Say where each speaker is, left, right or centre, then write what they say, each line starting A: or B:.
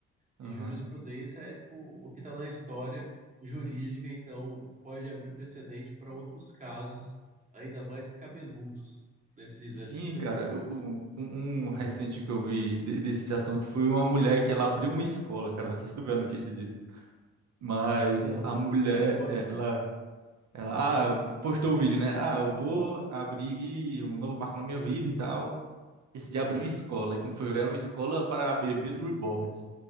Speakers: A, on the right (about 20°); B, on the right (about 50°).
A: E
B: Aham.
A: jurisprudência é tipo o que está na história jurídica, então pode abrir precedente para outros casos ainda mais cabeludos desse,
B: Sim,
A: desse setor.
B: cara, o- o- um, um recente que eu vi de- desse assunto foi uma mulher que ela abriu uma escola, cara, não sei se tu viu a notícia disso, mas
A: Não,
B: a mulher,
A: não, não ouvi.
B: ela, ela ah, postou o vídeo, né? Ah, eu vou abrir um novo marco na minha vida e tal, Esse dia abriu uma escola, e quando foi ver, era uma escola para bebês reborns.